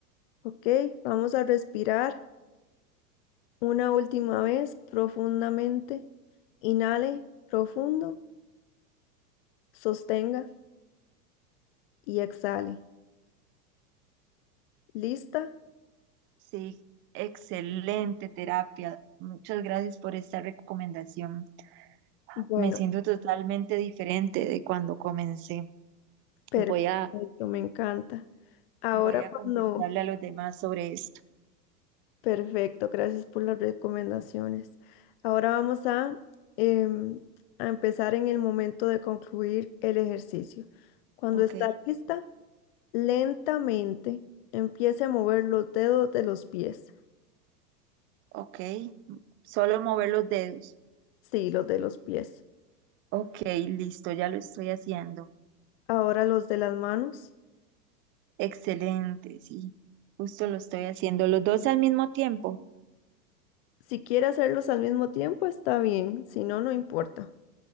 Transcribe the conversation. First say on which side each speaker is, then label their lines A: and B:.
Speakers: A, on the left; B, on the right.
A: Ok, vamos a respirar una última vez profundamente. Inhale profundo, sostenga y exhale. ¿Lista?
B: Sí, excelente terapia. Muchas gracias por esta recomendación.
A: Bueno,
B: Me siento totalmente diferente de cuando comencé.
A: perfecto,
B: Voy a,
A: me encanta. Ahora
B: voy a
A: cuando
B: conversarle a los demás sobre esto.
A: Perfecto, gracias por las recomendaciones. Ahora vamos a, em, a empezar en el momento de concluir el ejercicio. Cuando
B: Ok,
A: está lista, lentamente empiece a mover los dedos de los pies.
B: ok. Solo mover los dedos.
A: Sí, los de los pies.
B: Ok, listo, ya lo estoy haciendo.
A: Ahora los de las manos.
B: Excelente, sí. Justo lo estoy haciendo. Los dos al mismo tiempo.
A: Si quiere hacerlos al mismo tiempo, está bien, si no, no importa.